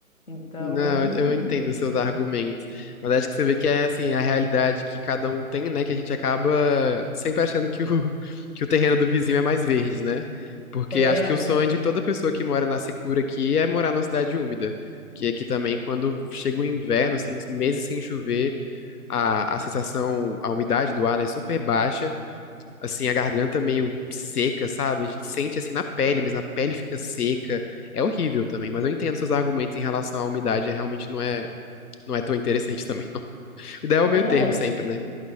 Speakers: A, on the left; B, on the left.
A: Então,
B: Não,
A: enfim,
B: eu entendo
A: né?
B: os seus argumentos, mas acho que você vê que é assim a realidade que cada um tem, né? Que a gente acaba sempre achando que o, <laughs> que o terreno do vizinho é mais verde, né? Porque
A: É.
B: acho que o sonho de toda pessoa que mora na secura aqui é morar numa cidade úmida. Porque aqui também, quando chega o inverno, assim, meses sem chover, a, a sensação, a umidade do ar, né, é super baixa assim, a garganta meio seca, sabe? A gente sente assim na pele, mas a pele fica seca. É horrível também, mas eu entendo seus argumentos em relação à umidade, é, realmente não é, não é tão interessante <laughs> também, não. O ideal é o meio
A: É,
B: termo sempre, né?